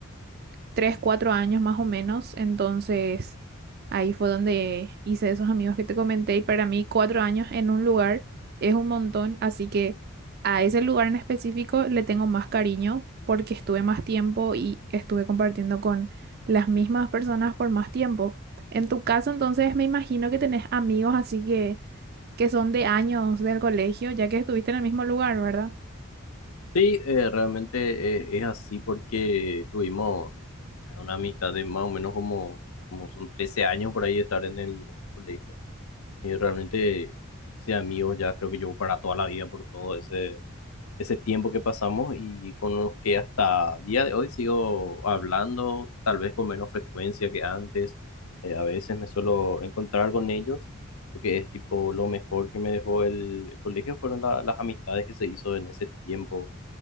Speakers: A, on the right (about 45°); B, on the left (about 75°).
A: tres, cuatro años más o menos. Entonces, ahí fue donde hice esos amigos que te comenté. Y para mí, cuatro años en un lugar es un montón. Así que a ese lugar en específico le tengo más cariño porque estuve más tiempo y estuve compartiendo con las mismas personas por más tiempo. En tu caso, entonces, me imagino que tenés amigos así que, que son de años del colegio, ya que estuviste en el mismo lugar, ¿verdad?
B: Sí, eh, realmente eh, es así porque tuvimos una amistad de más o menos como, como son 13 años por ahí de estar en el, en el colegio. Y realmente hice amigos ya creo que llevo para toda la vida por todo ese, ese tiempo que pasamos y con los que hasta día de hoy sigo hablando, tal vez con menos frecuencia que antes. Eh, a veces me suelo encontrar con ellos, porque es tipo lo mejor que me dejó el, el colegio fueron la- las amistades que se hizo en ese tiempo